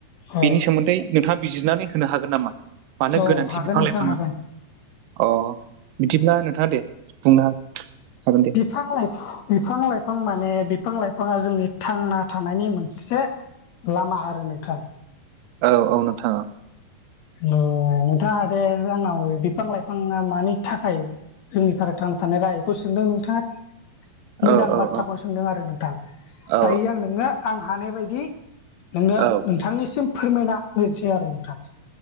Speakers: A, on the left (about 70°); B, on the right (about 80°).
A: अ
B: बेनि सोमोन्दै नोंथाङा बिजिरनानै होनो हागोन नामा? मानो
A: औ
B: गोनांथि
A: हागोन
B: बिफां
A: नोंथां
B: लाइफाङा
A: हागोन
B: अ बिदिब्ला नोंथाङा दे बुंनो हा हागोन दे।
A: बिफां लाइ बिफां लाइफां माने बिफां लाइफाङा जोंनि थांना थानायनि मोनसे लामा आरो नोंथां।
B: औ औ नोंथां औ।
A: ओ नोंथाङ दे आंनाव बिफां लाइफाङा मानि थाखाय जोंनि थाखाय थांना थानाय रायखौ सोंदों नोंथाङा। मोजां
B: औ औ
A: बाथ्राखौनो
B: औ
A: सोंदों आरो नोंथां
B: औ
A: दायो आं नोंनो आं हानाय बायदि नोंनो
B: औ
A: नोंथांनिसिम फोरमायना होनोसै आरो नोंथां।